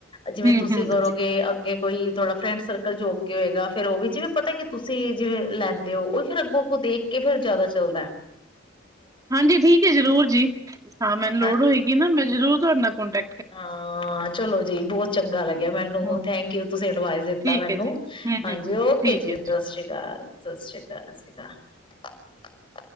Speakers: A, on the right; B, on the left.
A: ਹੂੰ
B: ਜਿਵੇਂ ਤੁਸੀਂ
A: ਹੂੰ
B: ਕਰੋਗੇ
A: ਹੂੰ
B: ਅੱਗੇ ਕੋਈ ਥੋਡਾ ਫਰੈਂਡ ਸਰਕਲ ਜੋ ਕੇ ਹੋਏਗਾ ਫੇਿਰ ਉਹ ਵੀ ਜਿਵੇਂ ਪਤਾ ਕਿ ਤੁਸੀਂ ਜਿਵੇਂ ਲੈਂਦੇ ਹੋ ਉਹ ਫਰ ਅੱਗੋਂ ਅੱਗੋਂ ਦੇਖ ਕੇ ਫਿਰ ਜ਼ਿਆਦਾ ਚਲਦਾ
A: ਹਾਂਜੀ ਠੀਕ ਹੈ ਜ਼ਰੂਰ ਜੀ ਹਾਂ ਮੈਨੂੰ ਲੋੜ
B: ਹਨਾ
A: ਹੋਏਗੀ ਨਾ ਮੈਂ ਜ਼ਰੂਰ ਤੁਹਾਡੇ ਕੋੋਂਟੈਕਟ
B: ਹਾਂ ਚਲੋ ਜੀ ਬਹੁਤ ਚੰਗਾ ਲੱਗਿਆ ਮੈਨੂੰ
A: ਹੂੰ
B: ਥੈਂਕ ਯੂ ਤੁਸੀਂ ਅਡਵਾਈਸ ਦਿੱਤਾ
A: ਠੀਕ
B: ਮੈਨੂੰ
A: ਹੈ ਜੀ ਹੂੰ
B: ਹਾਂਜੀ
A: ਹੂੰ
B: ਓਕੇ
A: ਠੀਕ
B: ਜੀ
A: ਹੈ
B: ਸਤਿ ਸ੍ਰੀ ਅਕਾਲ ਸਤਿ ਸ੍ਰੀ ਅਕਾਲ ਸਤ੍ਰੀ ਅਕਾਲ